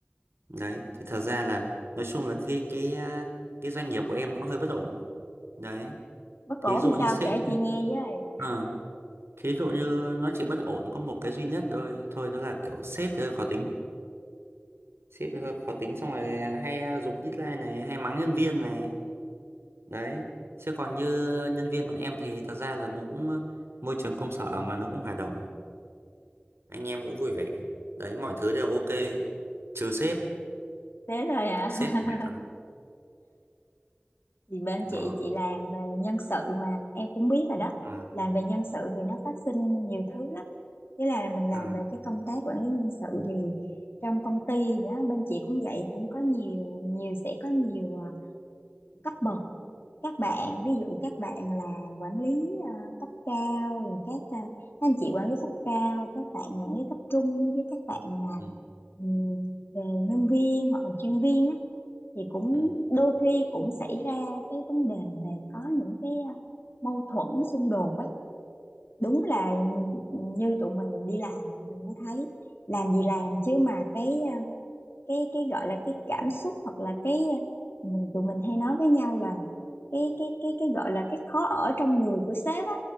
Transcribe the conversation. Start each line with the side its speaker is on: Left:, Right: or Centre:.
Right: Đấy, thì thật ra là nói chung là cái cái à, cái doanh nghiệp của em nó hơi bất ổn đấy
Left: Bác
Right: thí
Left: cổ
Right: dụ
Left: làm
Right: như
Left: sao
Right: sếp
Left: kể chị nghe với.
Right: à, thí dụ như nó chỉ bất ổn có một cái duy nhất thôi thôi đó là kiểu sếp thì hơi khó tính sếp thì hơi khó tính xong rồi hay giục deadline này hay mắng nhân viên này đấy chứ còn như nhân viên bọn em thì thật ra là nó cũng ờ, môi trường công sở mà nó cũng hòa đồng anh em cũng vui vẻ đấy mọi thứ đều ok trừ sếp
Left: Thế rồi hả?
Right: sếp thì mệt lắm
Left: <laughs> thì bên
Right: đó
Left: chị chị làm về nhân sự mà em cũng biết rồi đó
Right: ừ.
Left: làm về nhân sự thì nó phát sinh nhiều thứ lắm thế là mình làm
Right: Ừ.
Left: về cái công tác quản lý nhân sự thì trong công ty đó bên chị cũng vậy cũng có nhiều nhiều sẽ có nhiều à, cấp bậc các bạn ví dụ các bạn là quản lý à, cấp cao rồi các à, các anh chị quản lý cấp cao các bạn quản lý cấp trung với các bạn là
Right: Ừ.
Left: ừ, về nhân viên hoặc là chuyên viên á thì cũng
Right: Ừ.
Left: đôi khi cũng xảy ra cái vấn đề về có những cái à, mâu thuẫn xung đột ấy đúng là ừ, như tụi mình đi làm thì mình mới thấy làm gì làm chứ mà cái à, cái cái gọi là cái cảm xúc hoặc là cái à, mình tụi mình hay nói với nhau là cái cái cái cái gọi là cái khó ở trong người của sếp á